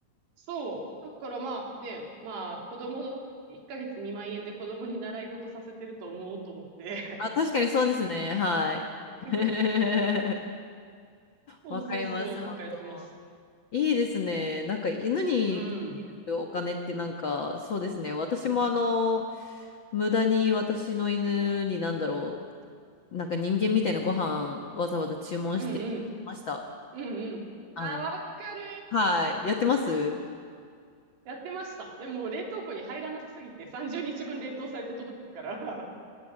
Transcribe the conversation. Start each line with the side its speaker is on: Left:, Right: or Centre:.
Right: そう。だからまあね、まあ、子供の1ヶ月2万円で子供に習い事させてると思おうと思って。
Left: あ、確かにそうですね。はい。
Right: <laughs>
Left: <laughs>
Right: そうそうそう、
Left: わかります、
Right: なんかやってます。
Left: 本当。いいですね。なんか犬にかけるお金ってなんか、
Right: うん。
Left: そうですね。私もあの、
Right: <laughs> うん
Left: 無駄に私の犬になんだろう、なんか人間みたいなご飯わざわざ注文してあげてました。
Right: うん。うんうん。
Left: あの、
Right: あー、わかる。
Left: はい。やってます <laughs>
Right: やってました。でも、冷凍庫に入らなすぎて、30日分冷凍されて届くから。